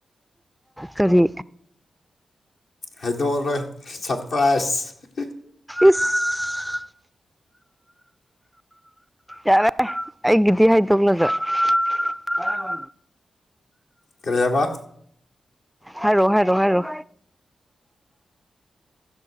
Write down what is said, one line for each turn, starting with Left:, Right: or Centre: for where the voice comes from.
Centre: ꯀꯔꯤ
Left: ꯍꯥꯏꯗꯣꯔꯣꯏ ꯁꯔꯄ꯭ꯔꯥꯏꯖ
Centre: ꯏꯁ ꯌꯥꯔꯦ ꯑꯩꯒꯤꯗꯤ ꯍꯥꯏꯗꯣꯛꯂꯒꯥ ꯀꯗꯣ
Left: ꯀꯔꯤꯕ ꯍꯥꯏꯕꯥ
Centre: ꯍꯥꯏꯔꯛꯑꯣ ꯍꯥꯏꯔꯣ ꯍꯥꯏꯔꯣ